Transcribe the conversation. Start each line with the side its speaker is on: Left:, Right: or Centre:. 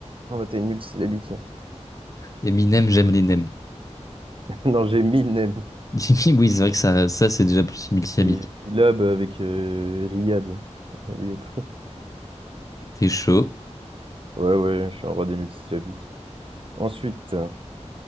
Right: Ah bah t'as une multisyllabique.
Left: Eminem, j'aime les nems.
Right: <laughs> Non, j'ai mille nems.
Left: <laughs> Jimmy, oui, c'est vrai que ça, ça c'est déjà plus multisyllabique.
Right: Et Lab avec euh, Riyad. Allez hop.
Left: T'es chaud.
Right: Ouais, ouais, je suis un roi des multisyllabiques. Ensuite,